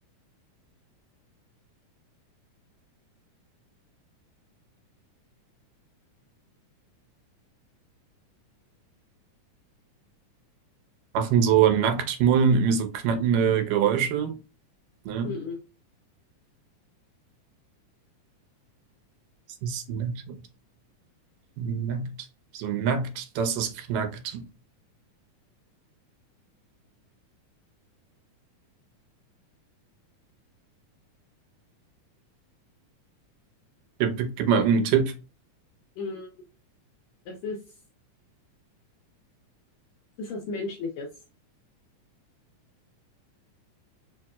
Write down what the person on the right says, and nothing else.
Machen so Nacktmullen irgendwie so knackende Geräusche, ne?
Es ist nackt, nackt, so nackt, dass es knackt. Gib, gib mal irgendeinen Tipp,